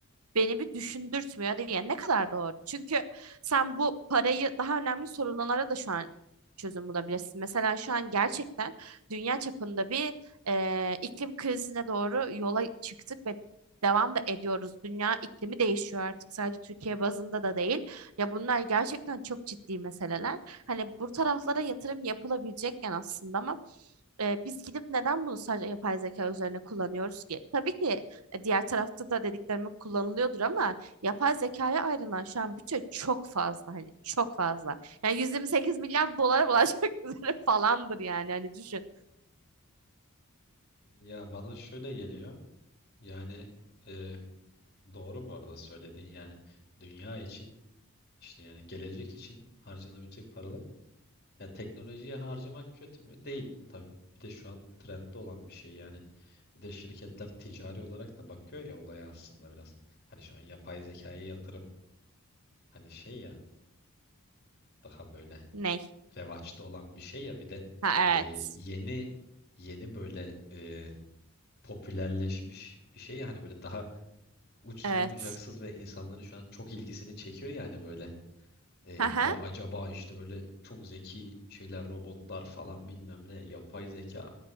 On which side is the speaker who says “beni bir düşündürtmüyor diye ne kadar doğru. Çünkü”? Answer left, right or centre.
Right